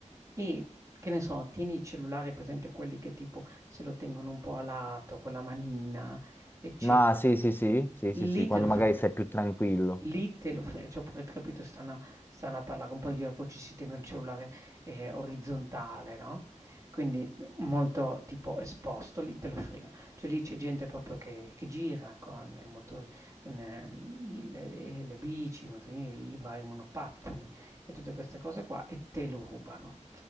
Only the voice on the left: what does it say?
Ma sì, sì, sì, sì, sì,
sì, quando
magari sei più tranquillo.